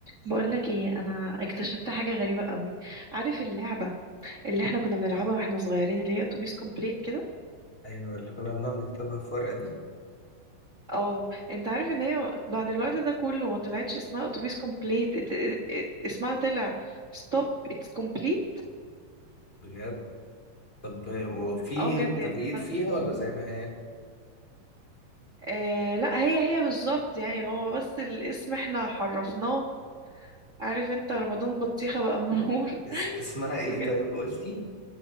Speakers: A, on the right; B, on the left.
A: بقولك ايه انا اكتشفت حاجه غريبه قوي عارف اللعبه اللي احنا كنا بنلعبها واحنا صغيرين اللي هي اتوبيس كومبليت كده
B: ايوه اللي كنا بنقعد نكتبها في ورقة دي
A: اه انت عارف ان هي بعد الوقت ده كله ما طلعتش اسمها اتوبيس كومبليت ات- ات- اسمها طلع ستوب اتس كومبليت
B: بجد طب وفي
A: اه بجد
B: تغيير
A: يعني حد
B: فيها ولا زي ما هي
A: آه لا هي هي بالظبط يعني هو بس الاسم احنا حرفناه عارف انت رمضان بطيخه بقى منور
B: اس... اسمها
A: <laughs>
B: ايه
A: بجد
B: طيب قلتي